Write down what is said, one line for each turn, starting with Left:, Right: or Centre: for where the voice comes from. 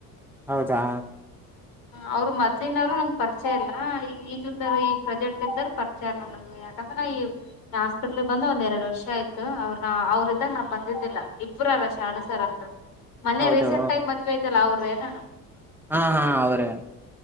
Centre: ಹೌದಾ
Left: ಅವರ್ ಮೊದ್ಲಿನರ್. <unintelligible> ನಂಗ್ ಪರಿಚಯ ಇಲ್ಲಾ ಈ ಈಗ್ ಇದೋರ್ ಈ ಪ್ರೆಸೆಂಟ್ ಇದ್ದಾರ ಪರಿಚಯಾರ ನನಗೆ ಯಾಕಂದ್ರ ನ ಈ ಹಾಸ್ಪಿಟ್ಲ್ಗ್ ಬಂದ ಒಂದ್ ಎರಡ್ ವರ್ಷ ಆಯ್ತ್ ಅವ್ರ ನ ಅವ್ರ ಇದಾಗ್ ನಾ ಬಂದಿದ್ದಿಲ್ಲ ಇಬ್ರ ಅವ್ರ ಶಾಣಸರ್ ಅನ್ಬೇಟು. ಮನ್ನೆ
Centre: ಹೌದು
Left: ರೀಸೆಂಟ್ ಆಗಿ ಮದ್ವೆಐತಲ್ಲ ಅವ್ರೇ ನಾ.
Centre: ಹಾ ಹಾ ಅವರೇ